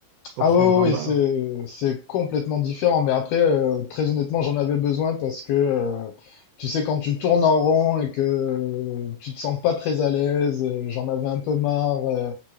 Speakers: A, on the right; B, on the left.
A: Reprendre
B: Ah ouais, ouais,
A: un
B: ouais,
A: bar.
B: c'est, c'est complètement différent. Mais après, euh, très honnêtement, j'en avais besoin parce que, euh, tu sais, quand tu tournes en rond et que euh, tu te sens pas très à l'aise, euh, j'en avais un peu marre. euh,